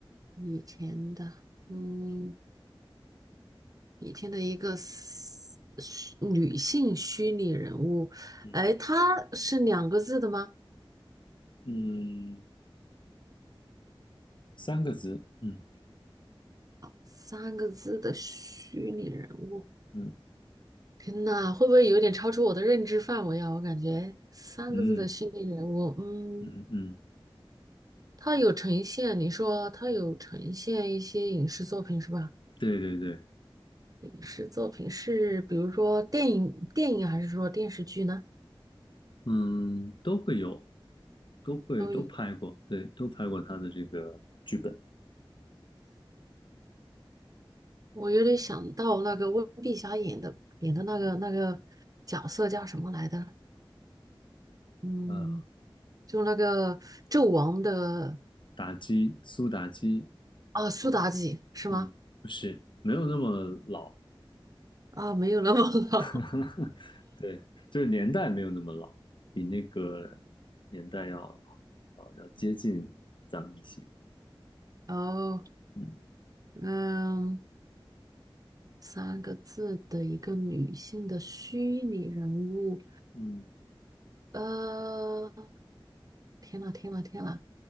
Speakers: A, on the right; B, on the left.
A: 以前的，
B: 嗯
A: 嗯，以前的一个 s- 虚女性虚拟人物，
B: 嗯
A: 哎，她是两个字的吗？
B: 嗯，三个字。嗯
A: 三个字的虚拟人物。
B: 嗯
A: 天呐，会不会有点超出我的认知范围啊？我感觉三个字的虚拟人物，
B: 嗯
A: 嗯，
B: 嗯嗯，
A: 他有呈现，你说他有呈现一些影视作品是吧？
B: 对对对，
A: 影视作品是比如说电影、电影还是说电视剧呢？
B: 嗯，都会有，都会都拍过，
A: 都有。
B: 对，都拍过他的这个剧本。
A: 我有点想到那个温碧霞演的演的那个那个角色叫什么来的？嗯，
B: 呃，
A: 就那个纣王的
B: 打击，苏打击，
A: 啊，苏妲己是吗？
B: 嗯，不是，没有那么老，
A: 啊，没有那么老。
B: <laughs> 对，就是年代没有那么老，比那个年代要呃要接近咱们一些。
A: <laughs> 哦，
B: 嗯
A: 嗯。三个字的一个女性的虚拟人物。
B: 嗯，
A: 呃，天呐，天呐，天呐，